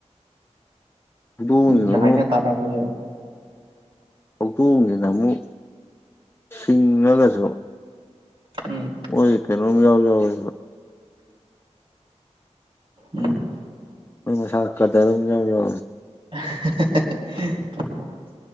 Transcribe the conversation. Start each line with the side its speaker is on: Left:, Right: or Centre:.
Left: ꯍꯧꯗꯣꯡꯁꯤꯅ
Right: ꯍꯨꯏꯗ
Left: ꯑꯃꯨꯛ
Right: ꯍꯥꯏꯅ ꯇꯅꯥ ꯍꯦ
Left: ꯍꯧꯗꯣꯡꯅꯤꯅ ꯑꯃꯨꯛ ꯁꯤꯡꯉꯒꯁꯨ
Right: ꯎꯝ
Left: ꯑꯣꯏꯣꯏ ꯀꯩꯅꯣꯝ ꯌꯥꯎ ꯐ
Right: ꯎꯝ
Left: ꯃꯁꯥꯀꯗꯔ ꯌꯥ ꯌꯥ
Right: <inaudible>